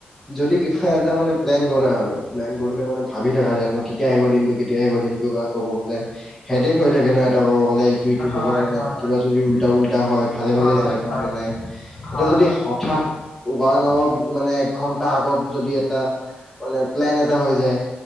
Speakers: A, in the centre; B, on the left (about 50°).
A: যদি কিবা এটা মানে প্লেন কৰা আৰু প্লেন কৰিলে মানে ভাবি থকা যায় নো কেতিয়া আহিব দিনটো কেতিয়া আহিব দিনটো বা ক'ব গলে হেদেক হৈ থাকে ন এটা ক'ব গ'লে এইটো এইটো
B: হয়
A: হব নে নাই
B: হয়
A: কিবা যদি উল্টা উল্টা হয় ভালে
B: হয়
A: ভালে যাই পাও
B: হয়
A: নে নাই।
B: হয়
A: এটা যদি হঠাৎ ওৱান আৱাৰ মানে এক ঘন্টা আগত যদি এটা মানে প্লেন এটা হৈ যায়।